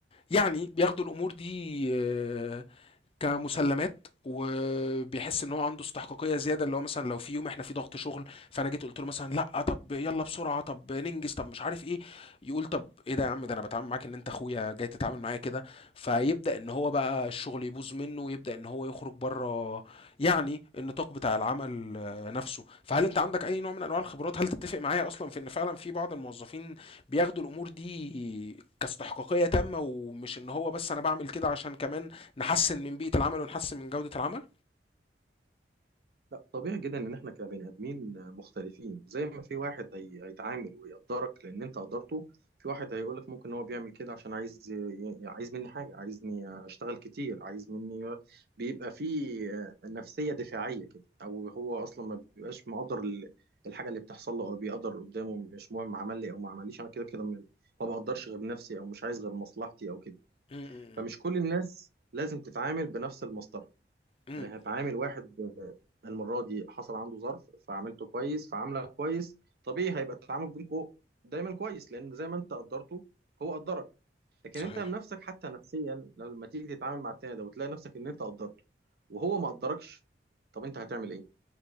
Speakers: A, on the left; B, on the right.
A: يعني بياخدوا الامور دي آه، كمسلمات وبيحس ان هو عنده استحقاقيه زياده اللي هو مثلا لو في يوم احنا في ضغط شغل فانا جيت قلت له مثلا لا طب يلا بسرعه طب ننجز طب مش عارف ايه يقول طب ايه ده يا عم ده انا بتعامل معاك ان انت اخويا جاي تتعامل معايا كده فيبدا ان هو بقى الشغل يبوظ منه ويبدا ان هو يخرج بره يعني النطاق بتاع العمل آه، نفسه فهل انت عندك اي نوع من انواع الخبرات هل تتفق معايا اصلا في ان فعلا في بعض الموظفين بياخدوا الامور دي كاستحقاقيه تامه ومش ان هو بس انا بعمل كده عشان كمان نحسن من بيئه العمل ونحسن من جوده العمل
B: لا طبيعي جدا ان احنا كبني ادمين مختلفين زي ما في واحد هي... هيتعامل ويقدرك لان انت قدرته في واحد هيقولك ممكن هو بيعمل كده عشان عايز ي- عايز مني حاجه عايزني اشتغل كتير عايز مني بيبقى في نفسيه دفاعيه كده او هو اصلا ما بيبقاش مقدر ال- الحاجه اللي بتحصل له او بيقدر قدامه مش مهم عمل لي او ما عمليش انا كده كده م- ما بقدرش غير نفسي او مش عايز غير مصلحتي او كده
A: امم
B: فمش كل الناس لازم تتعامل بنفس المصدر
A: امم
B: يعني هتعامل واحد آه، المرة دي حصل عنده ظرف فعملته كويس فعامله كويس طبيعي هيبقى التعامل بينكم دايما كويس لأن زي ما أنت قدرته هو قدرك لكن
A: صحيح
B: أنت بنفسك حتى نفسيا لما تيجي تتعامل مع التاني ده وتلاقي نفسك إن أنت قدرته وهو ما قدركش طب أنت هتعمل إيه؟